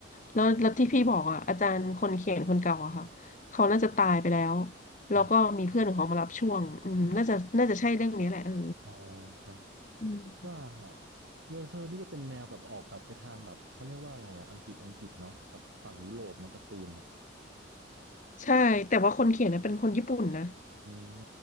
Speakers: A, on the left (about 40°); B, on the right (about 70°).
A: แล้วแล้วที่พี่บอกอะอาจารย์คนเขียนคนเก่าอะค่ะเขาน่าจะตายไปแล้ว
B: อ๋อ
A: แล้วก็มีเพื่อนของเขามารับช่วงอืมน่าจะน่าจะใช่เรื่องนี้แหละเออ
B: อ๋อครับ
A: อืม
B: คิดว่าเบอร์เซอร์นี่จะเป็นแนวแบบออกแบบไปทางแบบเขาเรียกว่าอะไรอ่ะอังกฤษอังกฤษเนาะแบบฝั่งยุโรปเนาะการ์ตูนอ่ะ
A: ใช่แต่ว่าคนเขียนนะเป็นคนญี่ปุ่นนะ
B: อืม